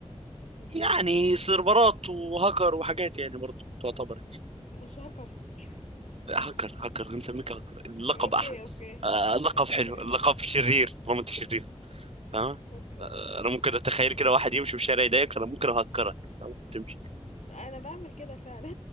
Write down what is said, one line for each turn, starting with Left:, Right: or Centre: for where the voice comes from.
Left: اهم.
Right: يعني سيرفرات وهاكر وحاجات يعني برضه تعتبر
Left: مش هاكرز <laughs>
Right: هاكر هاكر هنسميك هاكر اللقب
Left: أوكي
Right: احلى
Left: أوكي
Right: آه، اللقب
Left: أوكي
Right: حلو اللقب
Left: هاك
Right: شرير طالما انت شرير فاهم
Left: أوكي أوكي
Right: انا ممكن اتخيل كده واحد يمشي في الشارع يضايقك انا ممكن اهكرك فاهم؟ تمشي
Left: أنا <laughs> بعمل كده فعلا